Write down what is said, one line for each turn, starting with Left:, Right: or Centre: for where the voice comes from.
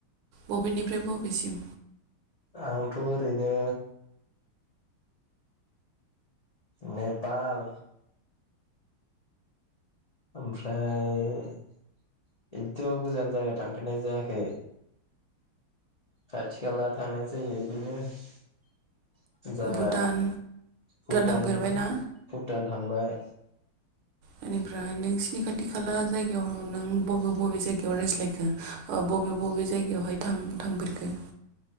Right: बबेनिफ्राय बबेसिम
Left: आंथ' ओरैनो नेपाल ओमफ्राय बिदिथ' गोजान जायगायाव थांफेरनाय जायाखै खाथि खाला थांनाय जायो इदिनो जो जागा
Right: भुटान
Left: भुटान
Right: थांफेरबाय ना
Left: भुटान थांबाय
Right: बेनिफ्राय नोंसि नि खाथि खाला जायगायावनो नों बबे बबे जायगायाव रायज्लायखो ओ बबे बबे जायगायावहाय थां थांफेरखो